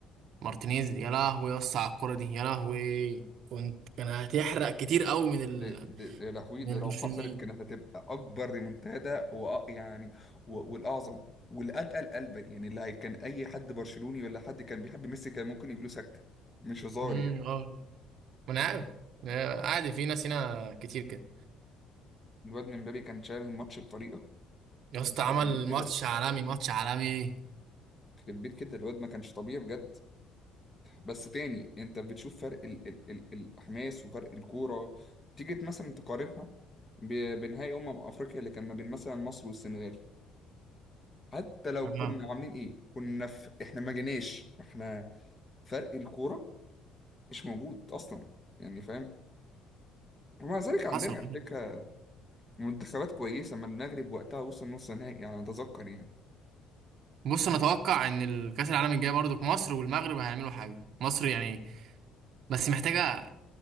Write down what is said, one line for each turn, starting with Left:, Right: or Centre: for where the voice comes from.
Right: مارتينيز يا لهوي يا اسطى على الكره دي يا لهوي كنت كان هتحرق كتير قوي من ال
Left: دي دي يا لهوي
Right: من
Left: ده لو
Right: البرشلونيين
Left: حصلت كانت هتبقى اكبر ريمونتادا وأ- يعني و- والاعظم والاتقل قلبا يعني اللي هي- كان اي حد برشلوني ولا حد كان بيحب ميسي كان ممكن يجيله سكته مش هزار
Right: امم
Left: يعني
Right: اه ما انا عارف آه، عادي في ناس هنا كتير كده
Left: الواد من مبابي كان شايل الماتش بطريقه
Right: يا اسطى عمل
Left: يخرب بيت كده
Right: ماتش عالمي ماتش عالمي
Left: يخرب بيت كده الواد ما كانش طبيعي بجد بس تاني انت بتشوف فرق ال ال ال الحماس وفرق الكوره تيجي مثلا تقارنها ب- بنهائي امم افريقيا اللي كان ما بين مثلا مصر والسنغال حتى لو
Right: اه
Left: كنا عاملين ايه كنا في احنا ما جيناش احنا فرق الكوره مش موجود اصلا يعني فاهم ومع ذلك عندنا
Right: حصل
Left: على فكره منتخبات كويسه ما المغرب وقتها وصل نص نهائي يعني اتذكر يعني
Right: بص انا اتوقع ان الكاس العالم الجاي برضو في مصر والمغرب هيعملوا حاجه مصر يعني بس محتاجه